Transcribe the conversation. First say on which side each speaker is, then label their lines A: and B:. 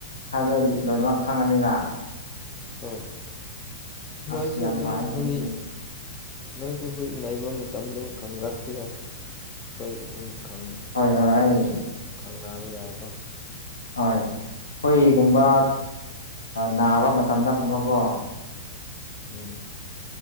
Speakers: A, on the left; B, on the left.
A: ꯍꯥꯏꯕꯗꯣ ꯂꯣꯏꯅꯃꯛ ꯈꯪꯉꯅꯤꯅ
B: ꯍꯣꯏ ꯅꯣꯏꯁꯨ
A: ꯑꯁ ꯌꯥꯝ
B: ꯑꯗꯨꯝ
A: ꯐꯩꯅꯦ
B: ꯍꯨꯏ
A: ꯑꯗꯨꯗꯤ
B: ꯅꯣꯏꯁꯨ ꯍꯨꯏ ꯂꯩꯕ ꯃꯇꯝꯗꯝ ꯈꯪꯂꯛꯄ ꯌꯥꯏ ꯑꯩꯈꯣꯏ ꯑꯗꯨꯝ
A: ꯍꯣꯏ ꯍꯣꯏ
B: ꯍꯧꯖꯤꯛꯇꯤ
A: ꯑꯩ
B: ꯑꯗꯨꯝ ꯈꯪꯅꯕ ꯌꯥꯏꯀꯣ
A: ꯍꯣꯏ ꯑꯩꯈꯣꯏꯒꯨꯝꯕ
B: ꯎꯝ
A: ꯅꯥꯕ ꯃꯇꯝꯗ ꯀꯨꯝꯕꯀꯣ
B: ꯎꯝ